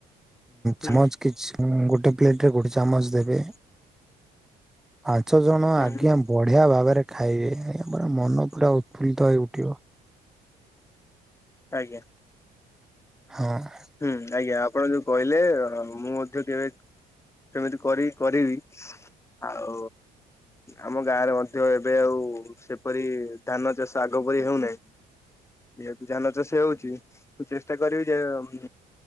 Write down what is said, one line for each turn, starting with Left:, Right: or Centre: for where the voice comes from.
Left: ହୁଁ
Centre: ହୁଁଜ କିଛି ହଁ ଗୋଟେ ପ୍ଲେଟରେ ଗୋଟେ ଚାମଚ ଦେବେ ଆ ଜଣ
Left: ହୁଁ
Centre: ଆଜ୍ଞା ବଢିଆ ଭାବରେ ଖାଇବେ ମନ ପୁରା ଉତ୍ଫୁଲ୍ଲିତ ହେଇ ଉଠିବ।
Left: ଆଜ୍ଞା।
Centre: ହଁ।
Left: ହୁଁ ଆଜ୍ଞା ଆପଣ ଯୋଉ କହିଲେ ମୁଁ ବେ ସେମିତି କରି କରିବି ଆଉ ଆମ ଗାଁରେ ମଧ୍ୟ ଏବେ ଆଉ ସେପରି ଧାନ ଚାଷ ଆଗ ପରି ହେଉନାହିଁ ଯେହେତୁ ଧାନ ଚାଷ ହେଉଛି ମୁଁ ଚେଷ୍ଟା କରିବି ଯେ ହୁଁ